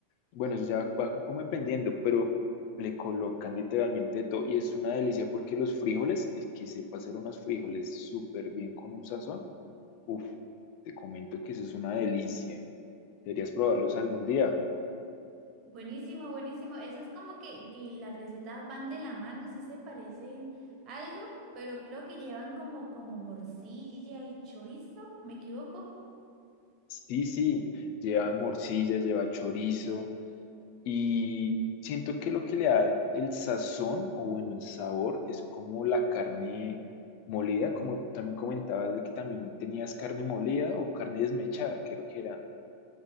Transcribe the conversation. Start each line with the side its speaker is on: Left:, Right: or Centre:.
Left: bueno, eso ya va como dependiendo, pero le colocan literalmente de todo y es una delicia porque los frijoles, es que sepa hacer unos frijoles súper bien con un sazón. Uf, te comento que eso es una delicia. Deberías probarlos algún día.
Right: Buenísimo, buenísimo. Eso es como que, que las recetas van de la mano, sí se parecen algo, pero creo que llevan como, como morcilla y chorizo, ¿me equivoco?
Left: Sí, sí, lleva morcilla, lleva chorizo, Y siento que lo que le da el sazón o bueno, el sabor es como la carne molida, como también comentabas de que también tenías carne molida o carne desmechada, creo que era.